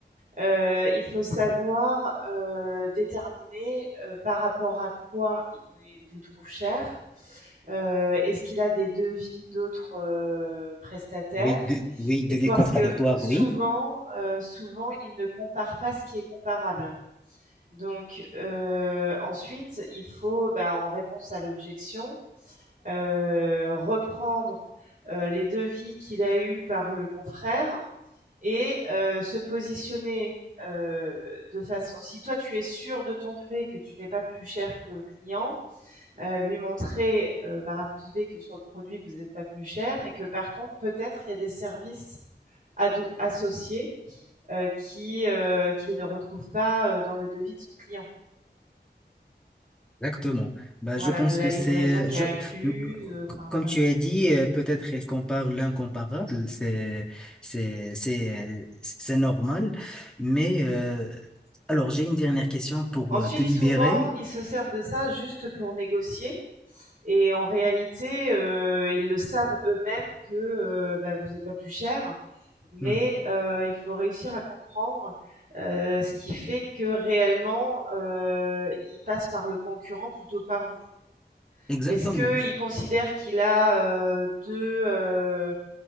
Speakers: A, on the right; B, in the centre.
A: Euh, il faut savoir euh, déterminer euh, par rapport à quoi il, il vous trouve cher. Euh, Est-ce qu'il a des devis d'autres euh, prestataires
B: Oui, de- oui, devis
A: Et parce
B: contradictoire,
A: que souvent,
B: oui.
A: euh, souvent, il ne compare pas ce qui est comparable. Donc euh, ensuite, il faut, bah, en réponse à l'objection, euh, reprendre euh, les devis qu'il a eus par le confrère et euh, se positionner euh, de façon. Si toi tu es sûr de ton fait que tu n'es pas plus cher que le client, euh, lui montrer euh, par A plus B que sur le produit vous n'êtes pas plus cher, mais que par contre peut-être il y a des services associés euh, qui euh, qu'il ne retrouve pas euh, dans le devis de son client.
B: Exactement. Bah,
A: Voilà,
B: je pense
A: de la
B: que
A: livraison
B: c'est,
A: qui
B: je,
A: est incluse.
B: m-
A: euh, Enfin
B: c- comme
A: voilà.
B: tu as dit, euh, peut-être il compare l'incomparable, c'est, c'est, c'est, euh, c'est normal. Mais euh, alors, j'ai une dernière question pour
A: Ensuite,
B: euh, te libérer.
A: souvent, ils se servent de ça juste pour négocier Et en réalité, euh, ils le savent eux-mêmes que euh, bah, vous n'êtes pas plus cher, mais
B: Mm.
A: euh, il faut réussir à comprendre euh, ce qui fait que réellement, euh, il passe par le concurrent plutôt que par vous.
B: Exactement.
A: Est-ce qu'il considère qu'il a euh, deux, euh,